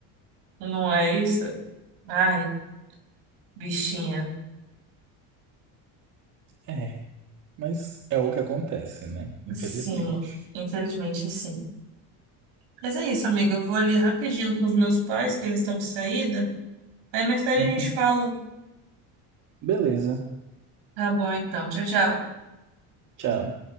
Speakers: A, on the right; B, on the right.
A: não é isso? Ai, bichinha.
B: É. Mas é o que acontece, né? Infelizmente.
A: Sim, infelizmente sim. Mas é isso, amiga. Eu vou ali rapidinho com os meus pais, que eles estão de saída. Aí mais tarde
B: Uhum.
A: a gente fala.
B: Beleza.
A: Tá bom, então. Tchau, tchau.
B: Tchau.